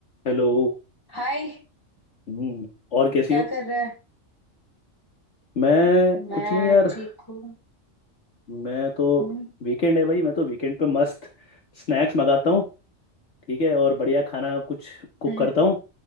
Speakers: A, on the left (about 60°); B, on the left (about 15°).
A: हेलो
B: हाय
A: हम्म, और कैसी
B: क्या
A: हो
B: कर रहा है
A: मैं
B: मैं
A: कुछ नहीं यार
B: ठीक हूँ
A: मैं तो
B: हम्म
A: वीकेंड है भाई मैं तो वीकेंड पे मस्त स्नैक्स मंगाता हूँ ठीक है और बढ़िया खाना कुछ कुक
B: हम्म
A: करता हूँ